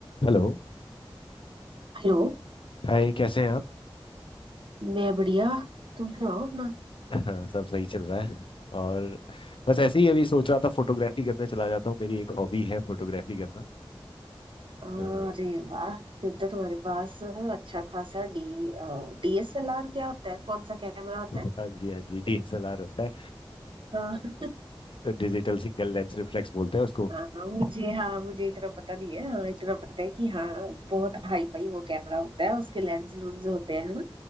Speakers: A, on the left (about 65°); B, on the right (about 65°).
A: Hello
B: हेलो
A: Hi कैसे हैं आप
B: मैं बढ़िया तुम सुनाओ अपना
A: <laughs> हाँ, सब सही चल रहा है और बस ऐसे ही अभी सोच रहा था फोटोग्राफी करने चला जाता हूँ मेरी एक हॉबी है फोटोग्राफी करना
B: अरे
A: तो
B: वाह फिर तो तुम्हारे पास अच्छा खासा डी डीएसएलआर क्या होता है कौन सा कैमरा होता
A: हाँ
B: है
A: जी हाँ जी डीएसएलआर होता है
B: हाँ
A: डिजिटल सिंगल लेंस रिफ्लेक्स बोलते हैं उसको
B: हाँ मुझे हाँ मुझे इतना पता नहीं है हाँ इतना पता है कि हाँ बहुत हाई फाई वो कैमरा होता है उसके लेंस लूंस होते हैं है ना